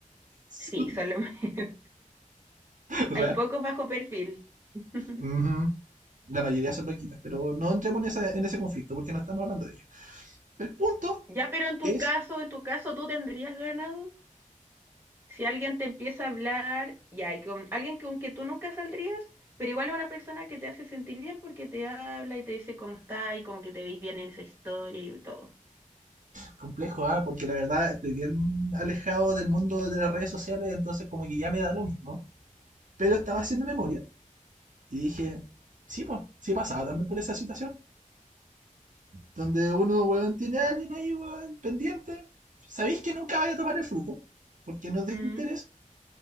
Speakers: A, on the right; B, on the right.
A: <laughs>
B: Sí, son los <laughs> menos.
A: real.
B: Hay pocos bajo perfil. <laughs>
A: Ujú. La mayoría son loquitas, pero no entremos en, esa- en ese conflicto porque no estamos hablando de ello. El punto
B: Ya, pero en tu
A: es
B: caso, en tu caso, ¿tú tendrías ganado? Si alguien te empieza a hablar, ya, y con alguien con que tú nunca saldrías, pero igual es una persona que te hace sentir bien porque te habla y te dice cómo está y como que te veis bien en esa historia y todo.
A: complejo, ¿ah? porque la verdad estoy bien alejado del mundo de las redes sociales, entonces como que ya me da lo mismo. Pero estaba
B: Ujú.
A: haciendo memoria y dije, sí, pues, sí he pasado también por esa situación. donde uno, weón,
B: Mm.
A: tiene a alguien ahí, weón, pendiente. Sabéis que nunca vaya a tomar el fruto, porque no es de
B: Mm.
A: interés,